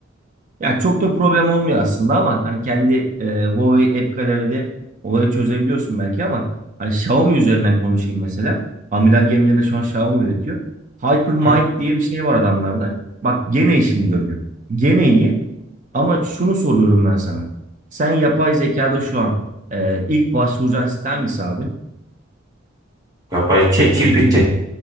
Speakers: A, on the right (about 40°); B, on the right (about 20°).
A: Ya çok da problem olmuyor aslında ama hani kendi e, Huawei App Gallery'de olayı çözebiliyorsun belki ama hani Xiaomi üzerinden konuşayım mesela. Amiral gemilerini şu an Xiaomi üretiyor. Hypermind
B: Hı?
A: diye bir şey var adamlarda. Bak gene işini görüyor. Gene iyi. Ama şunu soruyorum ben sana. Sen yapay zekada şu an e, ilk başvuracağın site hangisi abi?
B: Yapay ChatGPT.
A: ChatGPT.